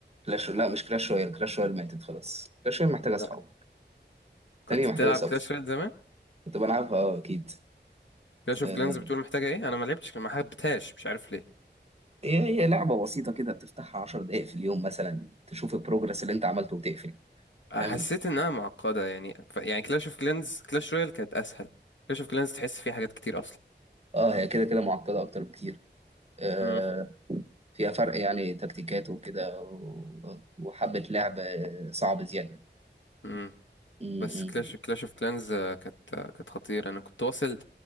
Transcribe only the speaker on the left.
لا
كنت
بتلعب
كلاش رويال زمان
كلاش اوف
كلانز بتقول محتاجه ايه انا ما لعبتش ما حبيتهاش مش عارف
حسيت
انها معقده يعني ف... يعني كلاش اوف كلانز كلاش رويال كانت اسهل كلاش اوف كلانز تحس فيها حاجات كتير اصلا
امم
امم
بس كلاش كلاش اوف كلانز كانت آه، كانت خطيره انا كنت واصل